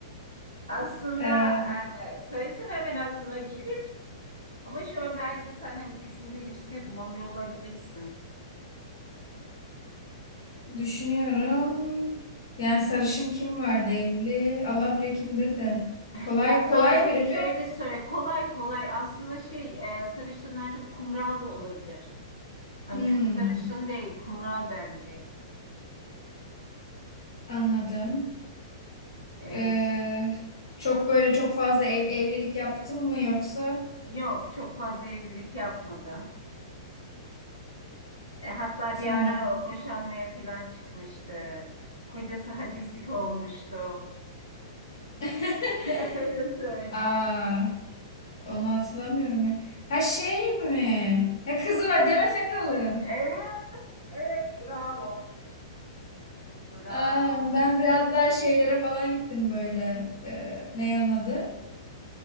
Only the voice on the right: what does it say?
Aslında
e, söylesem hemen aklına gelir ama şu an bence sen hani düşündüğün içinde bulamıyor olabilirsin.
<laughs>
Ya
daha çok
şöyle söyle kolay kolay aslında şey e, sarışından çok kumral da olabilir. Hani
çok sarışın değil kumral bence.
E,
Yok, çok fazla evlilik yapmadı. E, hatta
bir ara boşanmaya falan çıkmıştı. Kocası hacizlik olmuştu.
<laughs> Öyle söyleyeyim.
Evet, evet, bravo. Bravo.